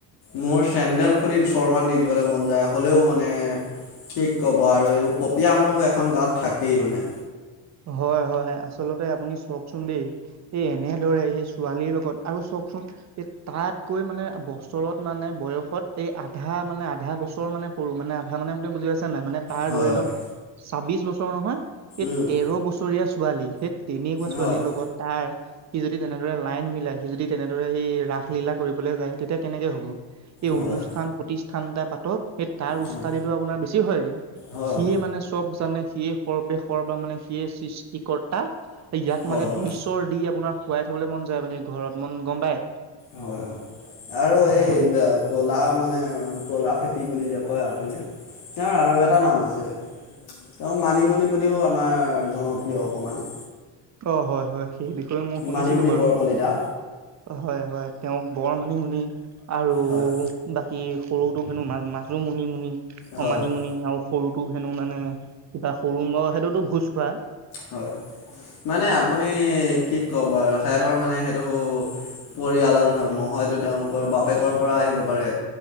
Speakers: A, on the left; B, on the right.
A: মোৰ চেন্ডেল খুলি দুচৰ মান দি দিবলে মন যায় হ'লেও মানে কি ক'ব আৰু এইবোৰ পপিয়া মানুহবোৰ এখন গাঁৱত থাকেই মানে।
B: হয় হয় আচলতে আপুনি চওকচোন দেই এই এনেদৰে সেই ছোৱালীৰ লগত আৰু চোৱকচোন এই তাতকৈ মানে বছৰত মানে বয়সত এই আধা মানে আধা বছৰ মানে সৰু মানে আধা মানে বুজি পাইছে নে নাই মানে তাৰ
A: হয়
B: ধৰি
A: হয়
B: লওঁক, ছাব্বিশ বছৰ নহয় এই
A: উম
B: তেৰ বছৰীয়া ছোৱালী সেই তেনেকুৱা ছোৱালীৰ
A: হয়
B: লগত তাৰ সি যদি তেনেদৰে লাইন মিলাই সি যদি তেনেদৰে সি ৰাসলীলা কৰিবলৈ যায়, তেতিয়া কেনেকে হ'ব। এই
A: হয়
B: অনুষ্ঠান প্ৰতিষ্ঠান এটা পাতক। সেই তাৰ উস্তাদিটো
A: হয়
B: আপোনাৰ বেছি হয় গে,
A: হয়
B: সিয়ে
A: হয়
B: মানে চব জানে সিয়ে সৰ্বে সৰ্বা মানে সিয়ে সৃষ্টিকৰ্তা ইয়াক
A: হয়
B: মানে
A: হয়
B: দুই চৰ দি আপোনাৰ হোৱাই থবলে মন যায় মানে ঘৰত মন গম পায়।
A: হয় হয় আৰু এই
B: হয়।
A: কলা মানে কলা ফেটি বুলি যে হয় আপুনি, তেওঁৰ আৰু এটা নাম আছে। তেওঁক মানিমুনি বুলিও আমাৰ জনপ্ৰিয় অকণমান।
B: অঁ, হয় হয় সেই বিষয়ে মই শুনিছিলো
A: মানিমুনি
B: বাৰু।
A: বৰকলিতা
B: হয় হয় তেওঁক বৰ মানিমুনি আৰু
A: হয়
B: বাকী সৰুটোক হেনো মা মাজো মানি মুুনি অঁ
A: হয়
B: মানি
A: হয়
B: মুুনি আৰু সৰুত টো হেনো মানে কিবা সৰু লৰা সেইটোতো ভোজ খোৱা।
A: হয়, মানে আপুনি কি ক'ব আৰু সেহঁতৰ মানে সেইটো পৰিয়ালৰ ধৰ্ম হয়তো, তেওঁলোকৰ বাপেকৰ পৰা আহিব পাৰে।